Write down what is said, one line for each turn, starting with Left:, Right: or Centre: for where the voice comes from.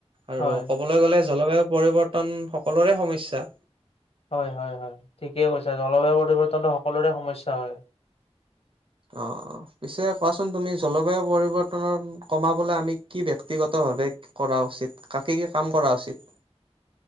Right: আৰু
Left: হয়
Right: কবলৈ গ'লে জলবায়ু পৰিৱৰ্তন সকলোৰে সমসা-
Left: হয়, হয়, হয়, ঠিকেই কৈছে জলবায়ু পৰিৱৰ্তনটো সকলোৰে সমস্যা হয়
Right: অ ', অ', পিছে, কোৱাচোন তুমি জলবায়ু পৰিৱৰ্তন কমাবলৈ আমি কি ব্যক্তিগতভাৱে কৰা উচিত, কাক কি কাম কৰা উচিত